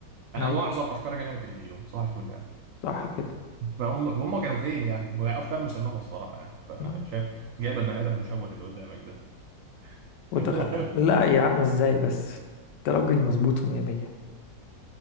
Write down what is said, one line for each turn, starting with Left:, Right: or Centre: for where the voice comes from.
Right: انا
Left: ايوه
Right: معظم افكاري جايه من التلفزيون صباح الفل يعني
Left: صح كده
Right: فهم هم كانوا فين يعني وافكار مسممه الصراحه يعني فشايف
Left: نعم.
Right: جايب البني ادم المشوه اللي قدامك ده
Left: وتخ...
Right: <laughs>
Left: لا يا عم ازاي بس انت راجل مظبوط ومية مية